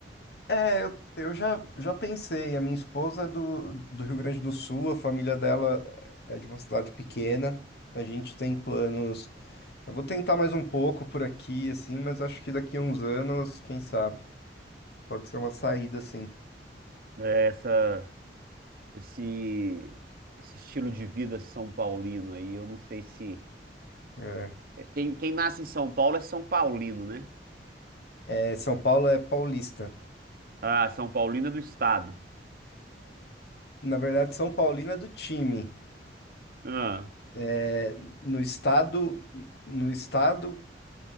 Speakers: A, on the left; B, on the right.
A: É, eu, eu já, já pensei. A minha esposa é do, do Rio Grande do Sul, a família dela é de uma cidade pequena. A gente tem planos Eu vou tentar mais um pouco por aqui, assim, mas acho que daqui a uns anos, quem sabe, pode ser uma saída, assim.
B: É, essa, esse, esse estilo de vida São Paulino aí, eu não sei se.
A: É.
B: é, Quem, quem nasce em São Paulo é São Paulino, né?
A: É, São Paulo é paulista.
B: Ah, São Paulino é do estado.
A: Na verdade, São Paulino é do time.
B: Ah,
A: É, No estado, no estado,